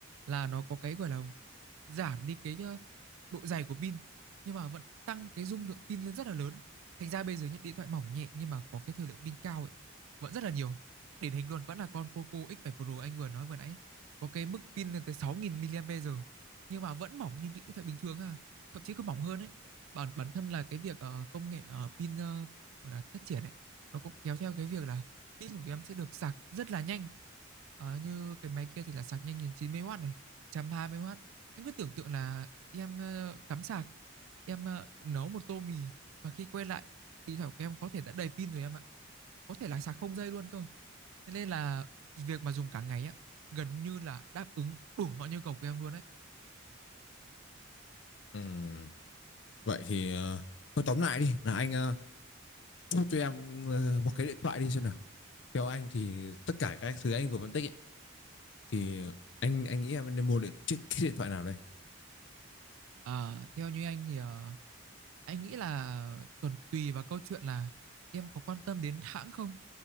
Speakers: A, on the right; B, on the left.
A: là nó có cái gọi là giảm đi cái ờ, độ dày của pin nhưng mà vẫn tăng cái dung lượng pin lên rất là lớn thành ra bây giờ những điện thoại mỏng nhẹ nhưng mà có cái thời lượng pin cao ấy vẫn rất là nhiều điển hình luôn vẫn là con Poco X7 Pro anh vừa nói vừa nãy có cái mức pin lên tới 6.000 mAh nhưng mà vẫn mỏng như những điện thoại bình thường ha thậm chí còn mỏng hơn ấy bản bản thân là cái việc ờ, công nghệ ờ, pin ờ, gọi là phát triển ấy nó cũng kéo theo cái việc là pin của em sẽ được sạc rất là nhanh Ờ, như cái máy kia thì là sạc nhanh đến chín mươi w này một trăm hai mươi w em cứ tưởng tượng là em ờ, cắm sạc em ờ, nấu một tô mì và khi quay lại điện thoại của em có thể đã đầy pin rồi em ạ có thể là sạc không dây luôn cơ thế nên là việc mà dùng cả ngày á gần như là đáp ứng đủ mọi nhu cầu của em luôn đấy
B: Ừm, vậy thì ờ, thôi tóm lại đi là anh ờ, Thôi cho em ờ, một cái điện thoại đi xem nào. Theo anh thì tất cả các thứ anh vừa phân tích ấy, thì anh anh nghĩ em nên mua điện, chiếc- cái điện thoại nào đây?
A: Ờ, theo như anh thì ờ, anh nghĩ là còn tùy vào câu chuyện là em có quan tâm đến hãng không.